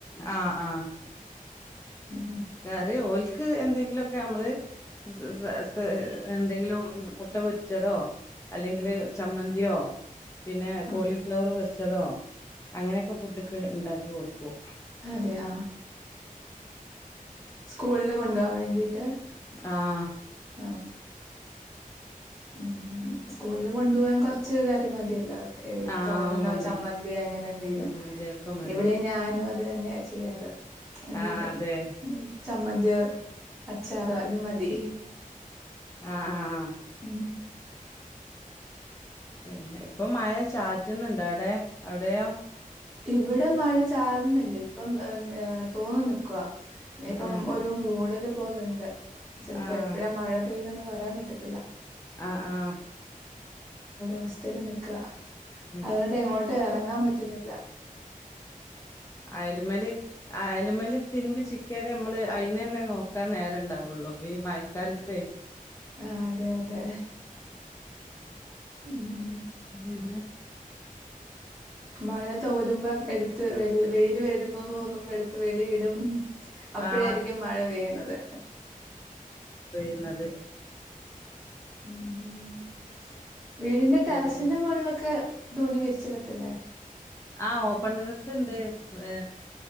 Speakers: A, on the left; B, in the centre.
A: ആഹ് ആഹ്
B: ഉം
A: കറി ഓൽക്ക് എന്തെങ്കിലൊക്കെ ഞമ്മള് <unintelligible> എന്തെങ്കിലും മുട്ട പൊരിച്ചതോ അല്ലെങ്കില് ചമ്മന്ത്യോ പിന്നെ കോളിഫ്ലവർ
B: ആഹ്
A: പൊരിച്ചതോ അങ്ങനെക്കെ ഫുഡ്ഡ്ക്ക് ണ്ടാക്കി കൊട്ക്കും
B: അതെയാ സ്കൂളില് കൊണ്ടോവാൻ വേണ്ടീട്ട്
A: ആഹ്
B: ആ മ് സ്കൂളില് കൊണ്ട് പോവാൻ കൊറച്ച് കറി മതിയല്ലോ ഏ
A: ആഹ്
B: തോരനോ
A: മതി
B: ചമ്മന്തിയോ അങ്ങനെ എന്തേലും
A: ചമ്മന്തി ഒക്കെ മതി
B: ഇവടെയും ഞാനും അത് തന്നെയാ ചെയ്യാറ് എന്തേലും
A: ആഹ് അതെ
B: ചമ്മന്ത്യോ അച്ചാറോ ഇത് മതി
A: ആ ആ ആ
B: മ്
A: പിന്നെ ഇപ്പം മഴ ചാറ്റ്ന്ന്ണ്ടവടെ അവടെയോ
B: ഇവിടെ മഴ ചാർന്നില്ലേപ്പം തോന് നിക്കാ ഇനിപ്പം
A: ആഹ്
B: ഒരു മൂടല് പോലണ്ട് ചെലപ്പോ
A: ആഹ്
B: എപ്പഴാ മഴ പെയ്യ്ന്നെന്ന് പറയാൻ പറ്റത്തി
A: ആ ആ
B: അവസ്ഥയില് നിക്കാ
A: ഉം
B: അതോണ്ട് എങ്ങോട്ടും എറങ്ങാൻ പറ്റുന്നി
A: അയല്മല് അയല്മല് തിര്മ്പി ചിക്ക്യേത് ഞമ്മള് അയ്നന്നെ നോക് ക്കാം നേരണ്ടാവോള്ളൂ ഈ മഴക്കാലത്ത്
B: ആ അതെ അതെ മ്
A: മ്
B: മഴ തോരുമ്പം എട്ത്ത് വ വെയ്ല് വെരു ന്നു തോന്നുമ്പോ എട്ത്ത് വെളീടും അപ്പഴായിരിക്കും
A: ആഹ്
B: മഴ പെയ്യുന്നത്
A: പെയ്യ്ന്നത്
B: മ് വീടിന്റെ ടെറസിന്റെ
A: പിന്നെ
B: മോളിലൊക്കെ തുണി വിരിച്ചിടത്തില്ലേ
A: ആ ഓപ്പൺ ടെറസ്ണ്ട് ഏ